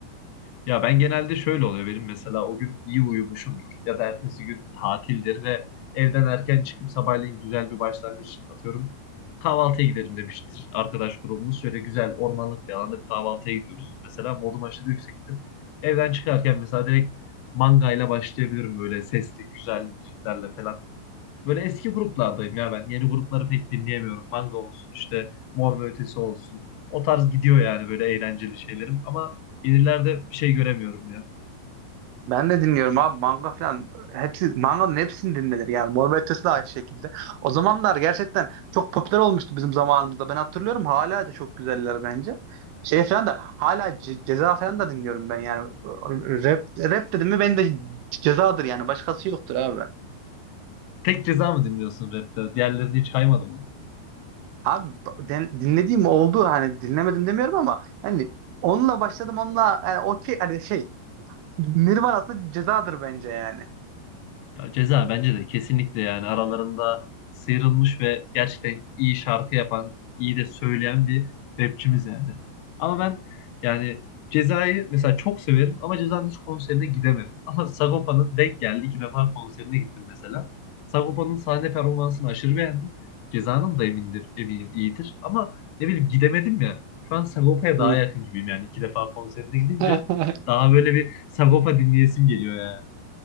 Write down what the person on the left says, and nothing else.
Ya ben genelde şöyle oluyor benim mesela o gün iyi uyumuşumdur. Ya da ertesi gün tatildir ve evden erken çıkıp sabahleyin güzel bir başlangıç atıyorum. Kahvaltıya gidelim demiştir arkadaş grubumuz. Şöyle güzel ormanlık bir alanda bir kahvaltıya gidiyoruz. Mesela modum aşırı yüksektir. Evden çıkarken mesela direkt mangayla başlayabilirim böyle sesli güzel müziklerle falan. Böyle eski gruplardayım ya ben. Yeni grupları pek dinleyemiyorum. Manga olsun işte Mor ve Ötesi olsun. O tarz gidiyor yani böyle eğlenceli şeylerim. Ama yenilerde bir şey göremiyorum ya.
Tek ceza mı dinliyorsun rapte? Diğerlerini hiç kaymadın mı?
Ya Ceza bence de kesinlikle yani aralarında sıyrılmış ve gerçekten iyi şarkı yapan, iyi de söyleyen bir rapçimiz yani. Ama ben yani Ceza'yı mesela çok severim ama Ceza'nın hiç konserine gidemedim. <laughs> Ama Sagopa'nın denk geldi. iki defa konserine gittim mesela. Sagopa'nın sahne performansını aşırı beğendim. Ceza'nın da emindir, eminim iyidir. Ama ne bileyim gidemedim ya. Şu an Sagopa'ya daha
yakın gibiyim yani. iki defa konserine gidince
daha böyle bir Sagopa dinleyesim geliyor yani.